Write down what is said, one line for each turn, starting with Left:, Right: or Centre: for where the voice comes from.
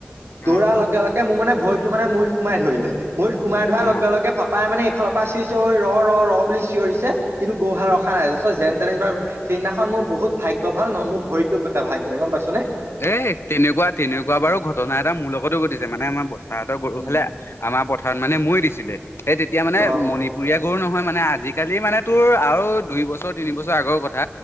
Right: দৌৰাৰ
Left: অ',
Right: লগে লগে মোৰ মানে ভৰিটো মানে মৈত সোমাই ধৰিলে, মৈত সোমাই ধৰাৰ
Left: অ'।
Right: লগে
Left: অ'।
Right: লগে পাপাই মানে সিফালৰ পৰা চিঞৰিছে, ঐ ৰ', ৰ', ৰ', বুলি চিঞৰিছে, কিন্তু গৰুহাল ৰখা নাই, তাৰ পিছত যেন তেন যেনিবা, সেইদিনাখন মো মোৰ বহুত ভাগ্য ভাল ন', মোৰ ভৰিতো নভাগিলে, গম পাইছনে?
Left: এই তেনেকুৱা, তেনেকুৱা বাৰু ঘটনা এটা মোৰ লগতো ঘটিছে, মানে আমাৰ তাহঁতৰ গৰু
Right: উম
Left: হালে আমাৰ পথাৰত মানে মৈ দিছিলে, সেই তেতিয়া মানে
Right: অ
Left: মণিপুৰীয়া গৰু নহয় মানে, আজি কালি মানে তোৰ আৰু দুই বছৰ তিনি বছৰ আগৰ কথা,